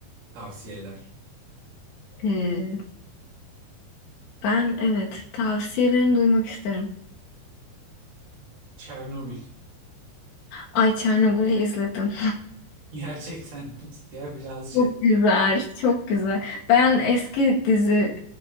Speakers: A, on the right (about 65°); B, on the left (about 65°).
A: tavsiyeler.
B: E, ben evet tavsiyelerini duymak isterim.
A: Çernobil.
B: Ay Çernobil'i izledim.
A: Gerçekten <laughs> ya birazcık
B: Çok güzel, çok güzel. Ben eski dizi